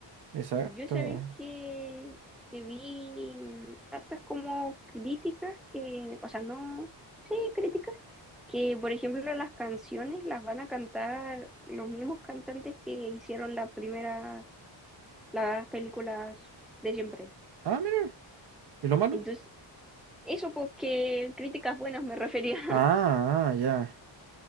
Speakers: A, on the right; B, in the centre.
A: Exacto.
B: Yo sabéis
A: weón.
B: que, que vi mm, hartas como críticas que, o sea, no, sí, críticas, que por ejemplo las canciones las van a cantar los mismos cantantes que hicieron las primeras, las películas de siempre.
A: Ah, mira. ¿Y lo malo?
B: Entonces, Eso, pues que críticas buenas me refería. <laughs>
A: Ah, ah, ya.